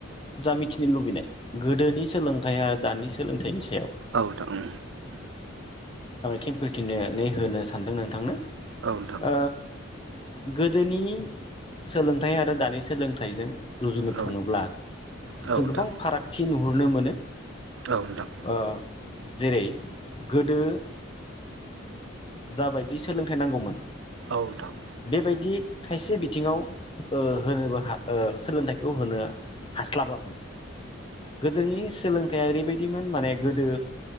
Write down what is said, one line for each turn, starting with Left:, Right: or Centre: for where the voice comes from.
Left: जा मिथिनो लुबैनाय। गोदोनि सोलोंथाइया दानि सोलोंथाइ ।
Right: औ नोंथां औ।
Left: खेमफोथिनानै होनो सानदों नोंथांनो।
Right: औ नोंथां।
Left: ओ गोदोनि सोलोंथाइ आरो दानि सोलोंथाइजों। रुजुनो
Right: औ
Left: थाङोब्ला।
Right: नोंथां
Left: जों गोबां फारागथि। नुहुरनो मोनो।
Right: औ नोंथां
Left: ओ जेरै गोदो जाबायदि सोलोंथाइ नांगौमोन।
Right: औ नोंथां
Left: बेबायदि। खायसे बिथिङाव ओ होनोबा हो सोलोंथाइखौ होनो। हास्लाबामोन गोदोनि सोलों थाइआ ओरैबायदिमोन माने गोदो